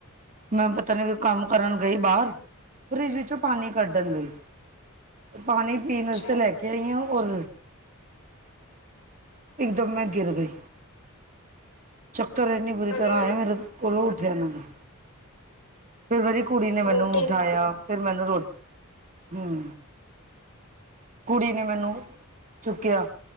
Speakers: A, on the right; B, on the left.
A: ਮੈ ਪਤਾ ਨੀ ਕੋਈ ਕੰਮ ਕਰਨ ਗਈ ਬਾਰ ਫਰਿਜ ਵਿੱਚੋਂ ਪਾਣੀ ਕੱਢਣ ਗਈ ਪਾਨੀ ਪੀਨ
B: ਅੱਛਾ
A: ਵਾਸਤੇ ਲੈ ਕੇ ਆਈ ਆ ਔਰ ਇੱਕ ਦਮ ਮੈਂ ਗਿਰ ਗਈ ਚੱਕਰ ਇੰਨੇ ਬੁਰੀ ਤਰ੍ਹਾਂ
B: ਅਰੇ
A: ਆਏ ਮੇਰੇ ਕੋਲੋਂ ਉੱਠਿਆ ਨਾ ਜਾਏ। ਫੇਰ ਮੇਰੀ ਕੁੜੀ ਨੇ ਮੈਨੂੰ
B: ਰੋਟੀ
A: ਉਠਾਇਆ
B: ਨੀ ਖਾਣੀ।
A: ਫੇਰ ਮੈਨੂੰ ਰੋ ਹੂੰ। ਕੁੜੀ ਨੇ ਮੈਨੂੰ ਚੁੱਕਿਆ